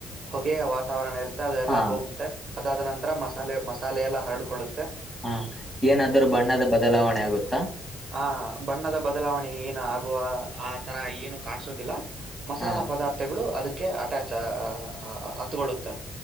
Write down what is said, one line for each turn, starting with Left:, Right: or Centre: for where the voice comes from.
Right: ಹೊಗೆಯ ವಾತಾವರಣ ಇರುತ್ತೆ ಅದೆ ಎಲ್ಲಾ
Centre: ಹಾ
Right: ಹೋಗುತ್ತೆ ಅದಾದ ನಂತರ ಮಸಾಲೆ ಮ ತಾಲೆ ಎಲ್ಲ ಹರಡಕೊಳ್ಳುತ್ತೆ
Centre: ಹ ಏನಾದ್ರೂ ಬಣ್ಣದ ಬದಲಾವಣೆ ಆಗುತ್ತಾ
Right: ಆ ಬಣ್ಣದ ಬದಲಾವಣೆ ಏನು ಆಗುವ ಆ ತರ ಏನು ಕಾಣಸೋದಿಲ್ಲ ಮಸಾಲ
Centre: ಹಾ
Right: ಪದಾರ್ಥಗಳು ಅದಕ್ಕೆ ಅಟ್ಯಾ ಹತ್ಕೊಳ್ಳುತ್ತೆ